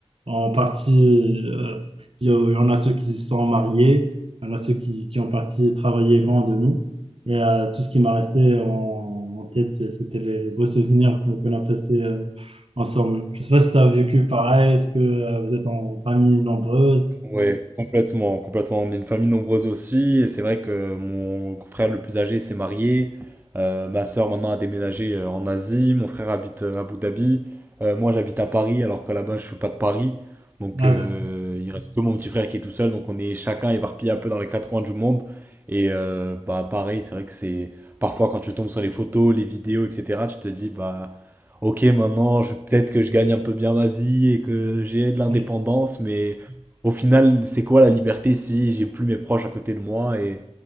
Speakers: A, on the right; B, on the right.
A: en partie, euh, il y, a- il y en a ceux qui se sont mariés, il y en a ceux qui, qui ont parti travailler loin de nous. Et euh, tout ce qui m'a resté en, en tête, c'est- c'était les, les beaux souvenirs qu'on qu'on a passés euh, ensemble. Je ne sais pas si tu as vécu pareil, est-ce que euh, vous êtes en famille nombreuse?
B: Oui, complètement, complètement. On est une famille nombreuse aussi, et c'est vrai que mon frère le plus âgé s'est marié. Euh, ma sœur maintenant a déménagé euh, en Asie. Mon frère habite euh, à Abu Dhabi. Euh, moi, j'habite à Paris, alors que là-bas, je suis pas de Paris. Donc,
A: Ah,
B: euh, il reste que mon petit frère qui est tout seul. Donc, on est chacun éparpillé un peu dans les quatre coins du monde. Et euh, bah, pareil, c'est vrai que c'est parfois quand tu tombes sur les photos, les vidéos, etc. Tu te dis bah Ok, maintenant, je- peut-être que je gagne un peu bien ma vie et que j'ai de l'indépendance,
A: je-
B: mais au final, c'est quoi la liberté si j'ai plus mes proches à côté de moi et,